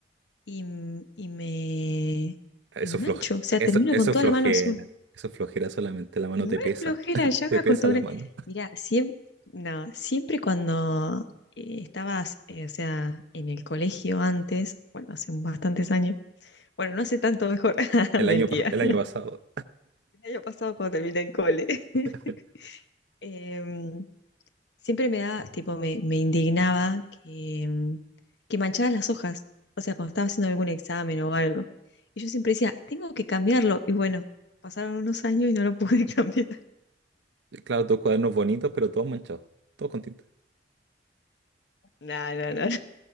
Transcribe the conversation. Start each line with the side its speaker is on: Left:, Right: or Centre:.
Left: y, m- y me,
Right: Eso,
Left: y me
Right: floje-
Left: mancho. O sea,
Right: eso,
Left: termino
Right: eso
Left: con toda
Right: es flojera.
Left: la mano azul.
Right: Eso es flojera solamente. La mano
Left: No
Right: te pesa.
Left: es flojera,
Right: <laughs>
Left: ya
Right: Te
Left: me acostumbré.
Right: pesa la mano.
Left: Mira, siempre, no, siempre cuando eh, estabas, eh, o sea, en el colegio antes, bueno, hace bastantes años, bueno, no hace tanto mejor, <laughs>
Right: El
Left: mentira,
Right: año, pas- el año pasado.
Left: el año pasado cuando terminé el cole, <laughs>
Right: <laughs>
Left: em, siempre me da, tipo, me, me indignaba que, em, que mancharan las hojas, o sea, cuando estaba haciendo algún examen o algo. Y yo siempre decía, tengo que cambiarlo, y bueno, pasaron unos años y no lo pude <laughs> cambiar.
Right: Claro, todos cuadernos bonitos, pero todos manchados. Todos con tinta.
Left: No, no, no.